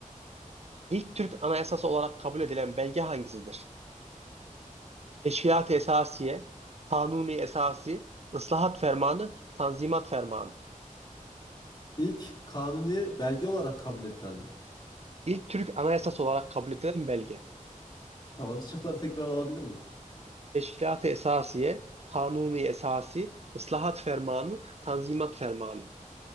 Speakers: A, on the right; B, on the left.
A: İlk Türk Anayasası olarak kabul edilen belge hangisidir? Teşkilat-ı Esasiye, Kanuni Esasi, Islahat Fermanı, Tanzimat Fermanı.
B: İlk kanuni belge olarak kabul edilen mi?
A: İlk Türk Anayasası olarak kabul edilen belge.
B: Tamam şıkları tekrar alabilir miyim?
A: Teşkilat-ı Esasiye, Kanuni Esasi, Islahat Fermanı, Tanzimat Fermanı.